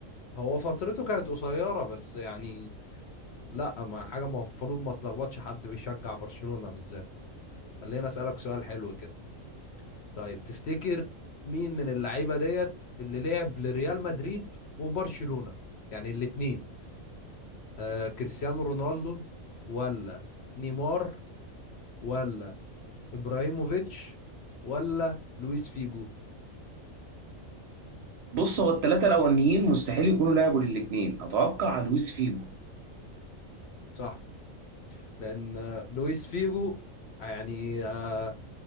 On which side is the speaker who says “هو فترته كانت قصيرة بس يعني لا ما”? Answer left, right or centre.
Left